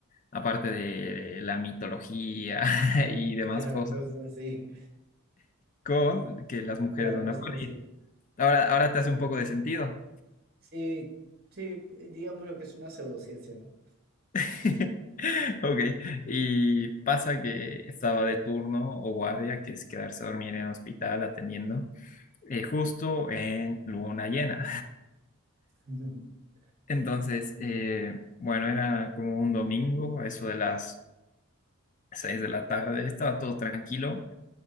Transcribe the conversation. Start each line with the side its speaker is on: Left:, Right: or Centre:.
Left: aparte de la mitología <laughs> y demás
Right: Claro,
Left: cosas,
Right: cosas así,
Left: con que las mujeres
Right: claro,
Left: van
Right: cosas
Left: a parir.
Right: así.
Left: Ahora, ahora te hace un poco de sentido.
Right: Sí, sí, digamos lo que es una pseudociencia, ¿no?
Left: <laughs> Ok, y pasa que estaba de turno o guardia, que es quedarse a dormir en el hospital atendiendo, eh, justo en luna llena.
Right: <laughs>
Left: <laughs> Entonces, eh, bueno, era como un domingo, a eso de las seis de la tarde, estaba todo tranquilo,